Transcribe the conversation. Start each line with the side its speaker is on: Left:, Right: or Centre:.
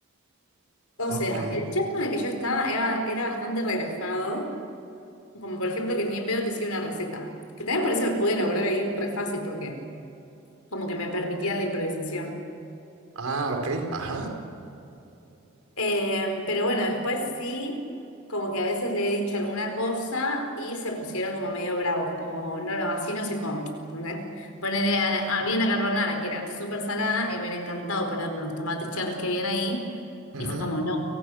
Left: O
Right: Ok.
Left: sea, el chat con el que yo estaba era, era bastante relajado, como por ejemplo que ni en pedo te decía una receta, que también por eso pude elaborar ahí re fácil, porque como que me permitían la improvisación.
Right: Ah, ok, ajá.
Left: Eh, pero bueno, después sí, como que a veces le he dicho alguna cosa y se pusieron como medio bravos, como, no, no, así no se come, ¿entendés? Ponerle, a la- había una carbonara que era súper salada y me hubiera encantado ponerle unos tomates cherries que habían ahí
Right: Ajá.
Left: y fue como, no,